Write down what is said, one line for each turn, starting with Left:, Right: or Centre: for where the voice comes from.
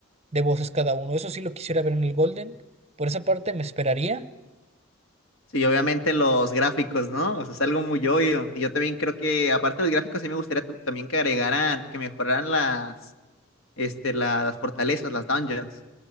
Right: de voces cada uno. Eso sí lo quisiera ver en el Golden. Por esa parte me esperaría.
Left: Sí, obviamente los gráficos, ¿no? O sea, es algo muy obvio. Y yo también creo que, aparte de los gráficos, sí me gustaría tu- también que agregaran, que mejoraran las, este, la- las fortalezas, las dungeons.